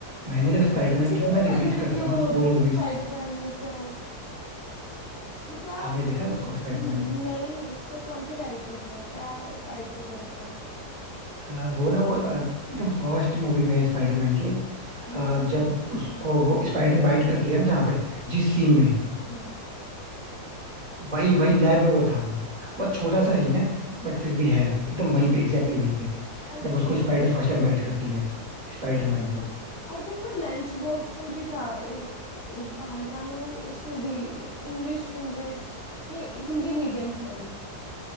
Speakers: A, on the right; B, on the left.
A: मैंने जब स्पाइडरमैन
B: मुझे
A: क्योंकि
B: भी
A: मैं
B: नहीं
A: रिपीट
B: पता था
A: करता
B: कि वो
A: हूँ ना वो मूवीज
B: स्पाइडरमैन में था वो क्या
A: आपने देखा है उसको
B: न-
A: स्पाइडरमैन में
B: नहीं उसका कौन सा कैरेक्टर था क्या कैरेक्टर था उसका
A: अ, वो ना वो अ, एकदम फर्स्ट मूवी में स्पाइडरमैन के
B: हम्म
A: अ, जब उसको वो स्पाइडर बाइट करती है ना जहाँ पे जिस सीन में
B: हम्म
A: वही वही लैब में वो था वो बहुत छोटा सा सीन है बट फिर भी है एकदम वहीं पे एग्जैक्टली exactly वहीं पे
B: अच्छा
A: जब उसको स्पाइडर फर्स्ट टाइम बाइट करती है स्पाइडरमैन को
B: आई थिंक वो लंच बॉक्स में भी था इर- इरफान खान और उसमें भी इंग्लिश इंग्लिश नहीं Hindi medium sorry